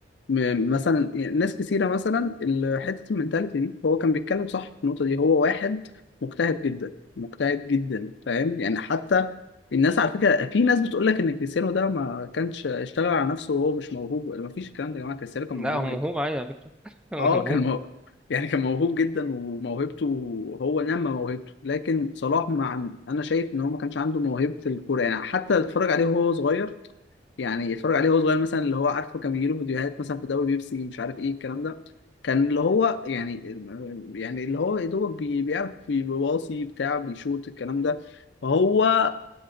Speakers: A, on the left (about 70°); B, in the centre.
A: م- مثلا ناس كثيرة مثلا ال- حتة المنتاليتي دي هو كان بيتكلم صح في النقطة دي هو واحد مجتهد جدا مجتهد جدا فاهم يعني حتى الناس على فكرة في ناس بتقول لك إن كريستيانو ده ما كانش اشتغل على نفسه وهو مش موهوب ما فيش الكلام ده يا جماعة كريستيانو كان
B: لا
A: موهوب
B: هو موهوب
A: جدا
B: عادي على فكرة <laughs> هو
A: اه
B: موهوب
A: كان موهوب يعني كان موهوب جدا وموهبته هو نمى موهبته لكن صلاح مع انا شايف ان هو ما كانش عنده موهبة الكورة يعني حتى اتفرج عليه وهو صغير يعني يتفرج عليه وهو صغير مثلا اللي هو عارفه كان بيجيله فيديوهات مثلا في دوري بيبسي مش عارف ايه الكلام ده كان اللي هو يعني يعني اللي هو يا دوبك بي- بيعرف بيباصي بتاع بيشوط الكلام ده فهو